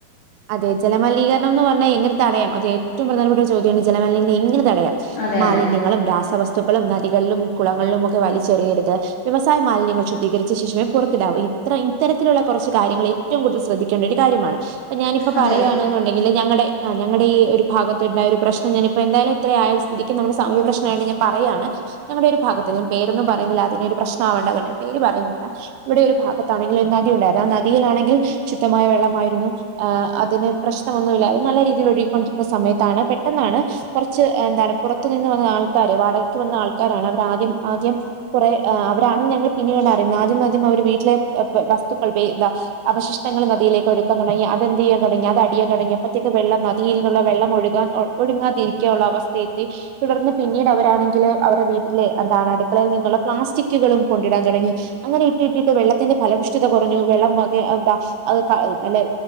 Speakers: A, on the right; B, on the left.
A: അതെ ജലമലിനീകരണം എന്ന് പറഞ്ഞാൽ എങ്ങനെതടയം അത് ഏറ്റവും പ്രധാനപ്പെട്ട ഒരു ചോദ്യമാണ് ജലിനീകരണം എങ്ങനെതടയാം.
B: അതെ
A: മാലിന്യങ്ങളും
B: അതെ
A: രാസവസ്തുക്കളും നദികളിലും കുളങ്ങളിലുംഒക്കെ വലിച്ചെറിയരുത്. വ്യവസായമാലിന്യങ്ങൾ ശുദ്ധീകരിച്ച് ശേഷവേ പുറത്തിടാവൂ ഇത്ര ഇത്തരത്തിലുള്ള കൊർച്ച്കാര്യങ്ങളെ ഏറ്റവുംകൂടുതൽ ശ്രദ്ധിക്കേണ്ടഒരു കാര്യമാണ്പ്പൊഞാനിപ്പ
B: അതെ
A: പറയാണ്ന്നുണ്ടെങ്കില് ഞങ്ങടെ ആഹ് ഞങ്ങടെ ഈ ഒരുഭാഗതുണ്ടായ ഒരു പ്രശ്നം ഞാനിപ്പോ എന്തായാലും ഇത്രേ ആയസ്ഥിതിക്ക് ന്നമ്മുടെ സാമുഹ്യ പ്രശ്നമായിട്ട്ഞാൻ പറയാണ് ഞങ്ങടെ ഒര്ഭാഗത്ത് പേരൊന്നും പറയുന്നില്ല അതിന്റെഒരു പ്രശ്നം ആവേണ്ട അതോണ്ട് പേര്പറയുന്നില്ല. ഇവിടെ ഒരുഭാഗത്താണെങ്കി ഒരുനദി ഉണ്ടായിരുന്നു ആ നദിയിലാണെങ്കിൽ ശുദ്ധമായവെള്ളമായിരുന്നു ആഹ് അതിന് പ്രശ്നമൊന്നുമില്ലതെ ന്നല്ലെ രീതിയിൽ ഒഴുകിക്കൊണ്ടിരിക്കുന്ന സമയത്താണ് പെട്ടെന്നാണ്. കൊർച്ച് എന്താണ് പുറത്തുനിന്ന് വന്ന ആൾക്കാര് വാടകയ്ക്ക്വന്ന ആൾക്കാരാണ്അവർ ആദ്യം ആദ്യം കൊറേ ആ അവരാണ്ന്ന് ഞങ്ങൾ പിന്നീടാണറിയുന്ന ആദ്യം ആദ്യം അവര് വീട്ടിലെ വ വസ്തുക്കൾ വെ ന്താ അവശിഷ്ടങ്ങൾ നദിയിലേക്ക് ഒഴ്ക്കാൻ തൊടങ്ങി അ എന്തിയ്യാൻ തൊടങ്ങി അതടിയാൻ തൊടങ്ങി അപ്പത്തേക്ക് വെള്ള നദിയിൽന്നുള്ള വെള്ളം ഒഴ്കാൻ ഒഴങ്ങാതിരിക്കാൻള്ള അവസ്ഥേത്തി. തുടർന്ന് പിന്നീടവരാണെങ്കില് അവരുടെ വീട്ടിലെ എന്താണ് അടുക്കളയിൽ നിന്നുള്ള പ്ലാസ്റ്റിക്കുകളും കൊണ്ടിടാൻ തൊടങ്ങി. അങ്ങനെ യിട്ടിട്ടിട്ട് വെള്ളത്തിന്റെ ഫലവുഷ്ടിത കുറഞ്ഞു വെള്ളം വകെ എന്താ അയ് അ നല്ലെ